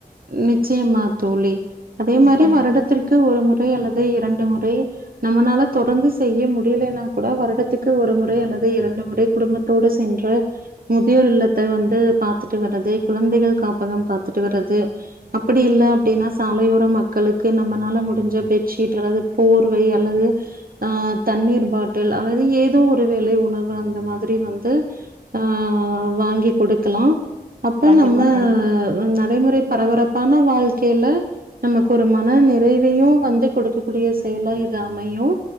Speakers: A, on the right; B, on the right.
A: நிச்சியமா தோழி அதே
B: ம்
A: மாரி
B: கண்
A: வருடத்திற்கு ஒரு முறை அல்லது இரெண்டு முறை நம்மனால தொடர்ந்து செய்ய முடியலேனாக்கூட வருடத்துக்கு ஒரு முறை அல்லது இரெண்டு முறை குடும்பத்தோடு செ சென்று முதியோர் இல்லத்த வந்து பாத்துட்டு வர்றது குழந்தைகள் காப்பகம் பாத்துட்டு வர்றது அப்டி இல்ல அப்டின்னா சாலையோர மக்களுக்கு நம்மனால மு டிஞ்சா பெட்சீட் அல்லது போர்வை அல்லது ஆ தண்ணீர் பாட் டில் அல்லது ஏதோ ஒரு வேலை உணவு அந்த மாதிரி வந் து ஆ வாங்கி கொடுக்கலா அப்ப
B: கண்டிப்பா
A: நம்ம
B: கண்டிப்
A: நடைமுறை பரபரப்பான வாழ்க்கைல நமக்கு ஒரு மன நிறைவையு வந்து கொடுக்கக்கூடிய செயலா இது அமையு